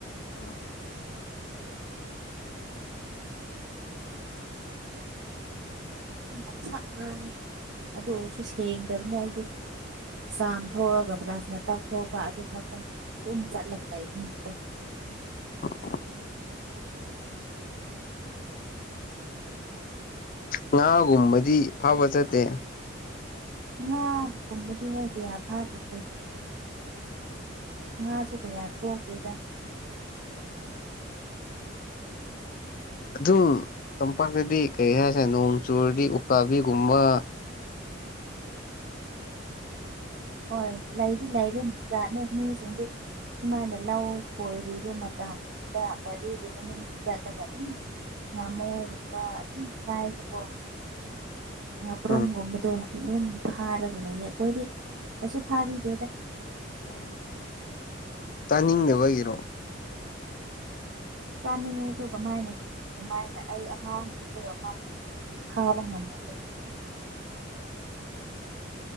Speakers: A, on the left; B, on the right.
A: ꯑꯥ
B: ꯉꯥꯡ ꯁꯛ ꯉꯥꯡꯉꯦ ꯑꯗꯨ ꯑꯣꯏꯔꯁꯨ ꯁꯦꯡꯗꯕꯅꯤ ꯍꯥꯏꯗꯤ ꯆꯥꯝ ꯊꯣꯛꯑꯒ ꯕ꯭ꯔꯁꯅ ꯇꯛꯊꯄ ꯑꯗꯨ ꯈꯛꯇꯪ ꯑꯗꯨꯝ ꯆꯠꯂꯒ ꯂꯩꯕꯅꯤꯅꯀꯣ
A: <inaudible> ꯉꯥꯒꯨꯝꯕꯗꯤ ꯐꯕ ꯆꯠꯇꯦ
B: ꯉꯥꯒꯨꯝꯕꯗꯤ ꯍꯣꯏ ꯀꯌꯥ ꯐꯥꯗꯦ ꯑꯩꯈꯣꯏꯗꯤ ꯉꯥꯁꯨ ꯀꯌꯥ ꯊꯣꯛꯒꯦꯗ
A: ꯑꯗꯨꯝ ꯇꯝꯄꯥꯛꯇꯗꯤ ꯀꯔꯤ ꯍꯥꯏꯁꯦ ꯅꯣꯡ ꯆꯨꯔꯗꯤ ꯎꯀꯥꯕꯤꯒꯨꯝꯕ
B: ꯍꯣꯏ ꯂꯩꯗꯤ ꯂꯩꯕ ꯖꯥꯠꯅꯦ ꯃꯤꯁꯤꯡꯗꯤ ꯁꯨꯃꯥꯏꯅ ꯂꯧ ꯈꯣꯏꯔꯤꯕ ꯃꯇꯝꯗ ꯒꯥꯔꯤꯒꯤ ꯃꯅꯤꯡ ꯆꯠꯅꯕ ꯑꯗꯨꯝ ꯉꯥꯃꯨꯒꯨꯝꯕ ꯑꯗꯨꯝ ꯀꯥꯏꯕꯀꯣ ꯉꯥꯄ꯭ꯔꯨꯝꯒꯨꯝꯕꯗꯣ
A: ꯎꯝ
B: ꯑꯗꯨꯝ ꯐꯥꯔꯒ ꯂꯩꯌꯦ ꯑꯩꯈꯣꯏꯗꯤ ꯀꯩꯁꯨ ꯐꯥꯒꯤꯗꯦꯗ
A: <inaudible> ꯇꯥꯅꯤꯡꯗꯕ ꯏꯔꯣ
B: ꯆꯥꯅꯤꯡꯉꯁꯨ ꯀꯃꯥꯏꯅ ꯀꯃꯥꯏꯅ ꯑꯩ ꯑꯉꯥꯡ ꯄꯨꯗꯕ ꯃꯥ <unintelligible>